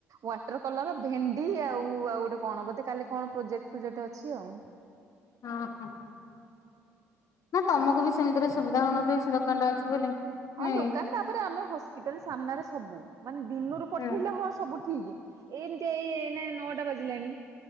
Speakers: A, on the right (about 55°); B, on the left (about 55°).
A: ୱାଟର କଲର ଭେଣ୍ଡି ଆଉ ଆଉ ଗୋଟେ କଣ ବୋଧେ କାଲି କଣ ପ୍ରୋଜେକ୍ଟ ଫୋଜେକ୍ଟ ଅଛି ଆଉ।
B: ହଁ ହଁ। ହେ ତମକୁ ବି ସେମିତିରେ ସୁବିଧା ହୋଉନଥିବକି ସେ ଦୋକାନ ଟା ଅଛି ବୋଲି।
A: ହଁ
B: ନାଇଁ।
A: ଦୋକାନ ତାପରେ ଆମେ ହସ୍ପିଟାଲ ସାମ୍ନାରେ ସବୁ ମାନେ ଦିଇନରୁ ପଠେଇଲେ
B: ହୁଁ।
A: ହଁ ସବୁ ଠିକ ଏମିତି ଏଇ ଏଇନା ନଅଟା ବାଜିଲାଣି